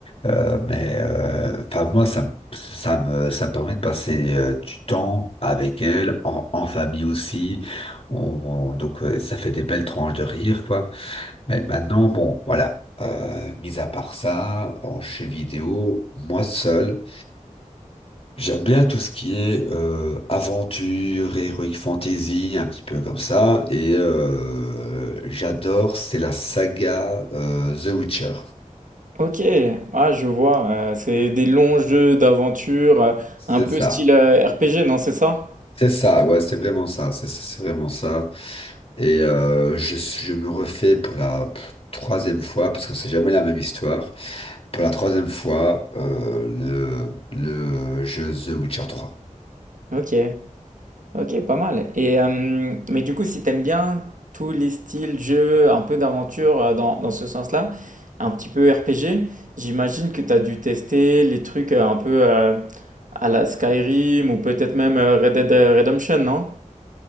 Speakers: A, on the left; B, on the right.
A: Euh, mais euh, enfin moi ça me ça me, ça me permet de passer euh, du temps avec elle, en, en famille aussi. On, on- donc euh, ça fait des belles tranches de rire, quoi. Mais maintenant, bon, voilà. Euh, mis à part ça, en jeu vidéo, moi seul, j'aime bien tout ce qui est euh, aventure, heroic fantasy, un petit peu comme ça. Et euh, j'adore, c'est la saga euh, The Witcher.
B: Ok. Ah, je vois. Euh, c'est des longs jeux d'aventure, euh,
A: C'est
B: un peu
A: ça.
B: style euh, RPG, non, c'est ça?
A: C'est ça, ouais, c'est vraiment ça, c'est c'est vraiment ça. Et euh, je, je me refais pour la troisième fois, parce que c'est jamais la même histoire, pour la troisième fois euh, le, le jeu The Witcher 3.
B: Ok. Ok, pas mal. Et, euh, mais du coup, si t'aimes bien tous les styles jeux, un peu d'aventure euh, dans, dans ce sens-là, un petit peu RPG, j'imagine que t'as dû tester les trucs euh, un peu euh, à la Skyrim ou peut-être même euh, Red Dead euh, Redemption, non?